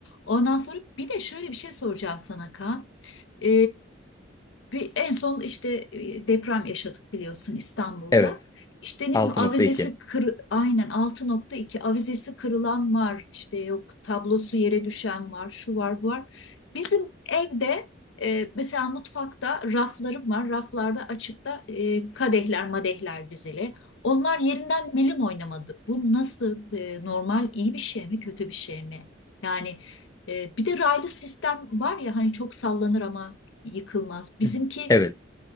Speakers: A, on the left; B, on the left.
A: Ondan sonra bir de şöyle bir şey soracağım sana Kaan. Ee, bir, en son işte e, deprem yaşadık biliyorsun İstanbul'da.
B: Evet.
A: İşte ne
B: 6.2.
A: bileyim avizesi kır, aynen altı nokta iki avizesi kırılan var. İşte yok tablosu yere düşen var, şu var, bu var. Bizim evde e, mesela mutfakta raflarım var. Raflarda açıkta e, kadehler, madehler dizili. Onlar yerinden milim oynamadı. Bu nasıl e, normal, iyi bir şey mi, kötü bir şey mi? Yani e, bir de raylı sistem var ya hani çok sallanır ama yıkılmaz. Bizimki
B: Hı. Evet.